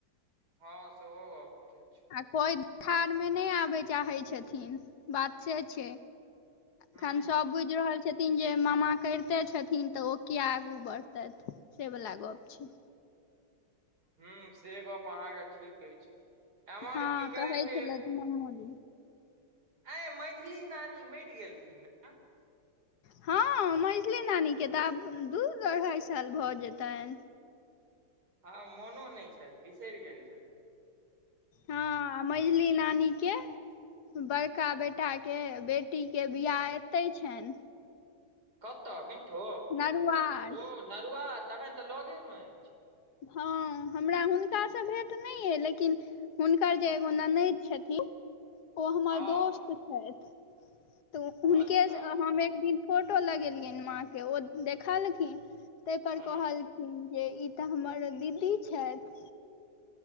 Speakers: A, on the right; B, on the left.
A: हँ सेहो गप ठी छै
B: आ कोइ थाह में नैय आबय चाहै छथिन बात से छै
A: हूँ
B: खन सब बुझि रहल छै किन जे मामा करिते छथिन तऽ ओ किया आगू बढ़तथि से वला गप छै
A: हां से गप अहाँके ठीक अछि एम्हर
B: हँ
A: की कहै छैय
B: छलथि मामोजी
A: आय मैझली नानी मरि गेलखिन ने
B: हँ मझली नानीके तऽ आब दू अढ़ाइ साल भऽ जेतैन
A: हँ मोनो नैय छथि बिसरि गेल छनि
B: हां मझली नानीके बड़का बेटाके बेटीके बिआह एते छैन
A: कतऽ बिट्ठो
B: नरुआर
A: ओ नरुआ तखन तऽ लगेमे अछि
B: हँ हमरा हुनकासँ भेट नहि अइ लेकिन हुनकर जे एगो ननद छथिन ओ हमर
A: हँ
B: दोस्त छैथ तऽ हुनके
A: अच्छा
B: हम एक दिन फोटो लगेलियनि माँके ओ देखलखिन तहिपर
A: हूँ
B: कहलखिन जे ई तऽ हमर दीदी छैथ